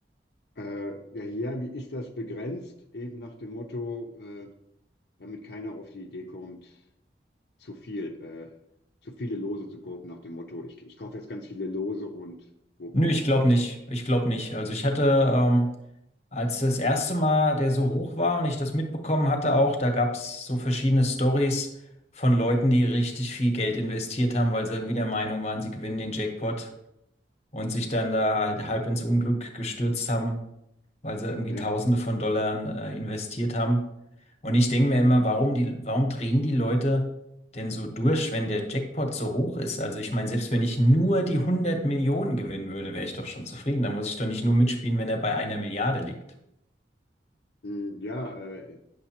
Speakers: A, on the left; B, on the left.
A: äh, ja, hier, wie ist das begrenzt? Eben nach dem Motto, äh, damit keiner auf die Idee kommt, zu viel, äh, zu viele Lose zu kaufen, nach dem Motto, ich, ich kaufe jetzt ganz viele Lose und wupp.
B: Nö, ich glaube nicht. Ich glaube nicht. Also ich hatte, ähm, als das erste Mal der so hoch war und ich das mitbekommen hatte auch, da gab's so verschiedene Stories von Leuten, die richtig viel Geld investiert haben, weil sie irgendwie der Meinung waren, sie gewinnen den Jackpot und sich dann da halt halb ins Unglück gestürzt haben weil sie irgendwie
A: Ja,
B: Tausende von Dollar äh, investiert haben. Und ich denke mir immer, warum die, warum drehen die Leute denn so durch, wenn der Jackpot so hoch ist? Also ich meine, selbst wenn ich nur die hundert Millionen gewinnen würde, wäre ich doch schon zufrieden. Da muss ich doch nicht nur mitspielen, wenn er bei einer Milliarde liegt.
A: hm, ja, äh,